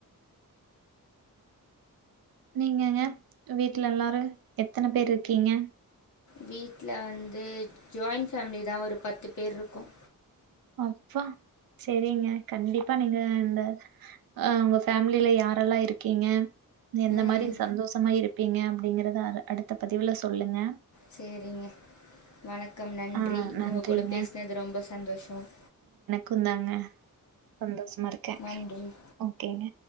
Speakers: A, on the right (about 85°); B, on the left (about 55°).
A: நீங்கங்க வீட்ல எல்லாரும் எத்தனை பேரு இருக்கீங்க
B: வீட்ல வந்து ஜாயிண்ட் ஃபேம்லி தான் ஒரு பத்து பேர் இருக்கோம்
A: அப்பா சரிங்க கண்டிப்பா நீங்க இந்த அஹ உங்க ஃபேமிலில யாரெல்லாம் இருக்கீங்க எந்த
B: ம்
A: மாரி சந்தோஷமா இருக் இருப்பீங்க அப்டிங்கறத அடுத்த பதிவுல சொல்லுங்க
B: சரிங்க வணக் வணக்கம் நன்றி
A: ஆ நன்றிங்க.
B: உங்க கூட பேசினது ரொம்ப சந்தோஷம்
A: குந்தாங்க சந்தோஷமா இருக்கேன்
B: நன்றி
A: ஓகேங்க